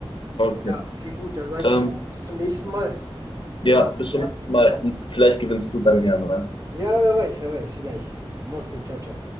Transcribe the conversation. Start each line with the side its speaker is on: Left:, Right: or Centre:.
Left: Okay.
Right: Ja, okay, gut. Dann sage
Left: Ähm,
Right: ich mal, bis zum nächsten Mal. Wir
Left: ja,
Right: hören uns,
Left: bis
Right: ja.
Left: zum nächsten Mal und vielleicht gewinnst du dann ja mal.
Right: Ja, wer weiß, wer weiß, vielleicht. Mach's gut, ciao, ciao.